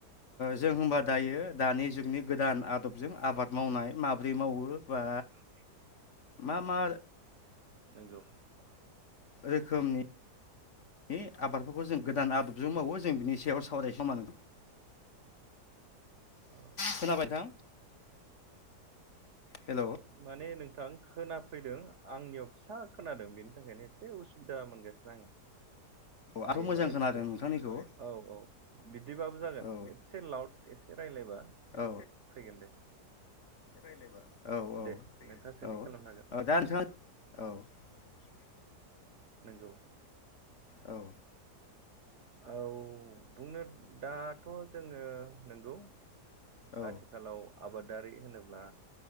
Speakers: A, on the left; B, on the right.
A: जों होनबा दायो दानि जुगनि गोदान आदबजों आबाद मावनाय माब्रै मावो बा
B: औ दे
A: मा मा
B: नोंगौ।
A: रोखोमनि बे आबादफोरखौ जों गोदान आदबजों मावो। जों बिनि सायाव सावरायसै नङा ओमबा नों
B: औ
A: खोनाबाय नोथां? हेल' औ
B: माने नों थां खोनाफैदों आंनियाव फिसा खोनादों बेनि थाखायनो एसे उसुबिदा मोनगासिनो आंङो। हायोबा
A: आंथ' मोजां
B: एनसे
A: खोनादों नोंथांनिखौ
B: औ औ बे दिबाबो जागोन
A: औ
B: एसे लावउड एसे रायलायबा
A: औ
B: फैगोन दे।
A: औ औ
B: दे
A: औ
B: नोंथाङा सोंथि
A: ओ
B: खालामनो हागोन
A: दा नोंथां औ
B: नंगौ।
A: औ
B: औ बुंनो दाथ' जोङो नंगौ
A: औ
B: आथिखालाव आबादारि होनोब्ला